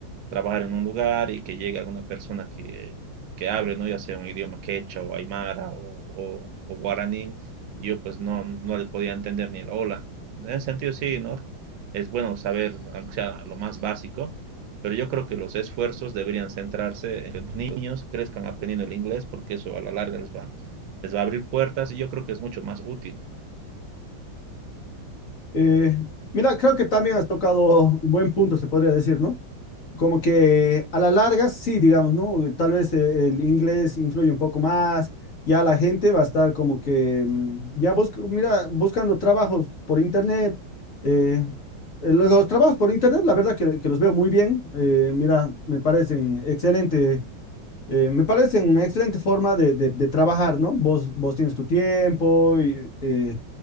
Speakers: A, on the right; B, on the left.
A: trabajar en un lugar y que llegue alguna persona que, que hable, ¿no? Ya sea un idioma quechua o aymara o, o- o guaraní, y yo pues no, no le podía entender ni el hola. En ese sentido, sí, ¿no? Es bueno saber, aunque sea lo más básico, pero yo creo que los esfuerzos deberían centrarse en que los niños crezcan aprendiendo el inglés porque eso a la larga les va, les va a abrir puertas y yo creo que es mucho más útil.
B: Eh, mira, creo que también has tocado un buen punto, se podría decir, ¿no? como que a la larga, sí, digamos, ¿no? Eh, Tal vez eh, el inglés influye un poco más, ya la gente va a estar como que, mm, ya busca, mira, buscando trabajos por internet. eh, eh, los, los trabajos por internet, la verdad que, que los veo muy bien, eh, mira, me parecen excelentes eh, me parece una excelente forma de, de- de trabajar, ¿no? Vos, vos tienes tu tiempo y eh,